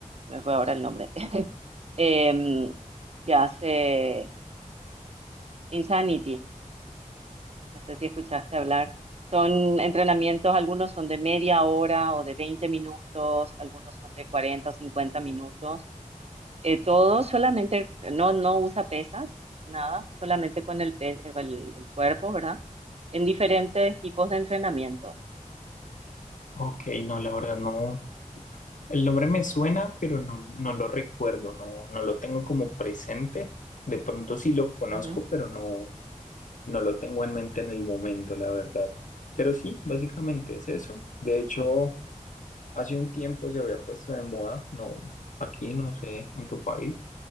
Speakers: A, on the right (about 50°); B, on the left (about 70°).
A: se me fue ahora el nombre, <laughs> em, que hace Insanity. no sé si escuchaste hablar. Son entrenamientos, algunos son de media hora o de 20 minutos, algunos son de 40 o 50 minutos. Eh, todo solamente, no, no usa pesas, nada, solamente con el, pe- el, el cuerpo, ¿verdad? En diferentes tipos de entrenamiento
B: Ok, no, la verdad no, El nombre me suena, pero no, no lo recuerdo, no, no lo tengo como presente. De pronto sí lo conozco,
A: Ujú.
B: pero no, no lo tengo en mente en el momento, la verdad. Pero sí, básicamente es eso. De hecho, hace un tiempo se había puesto de moda, no, aquí no sé, en tu país,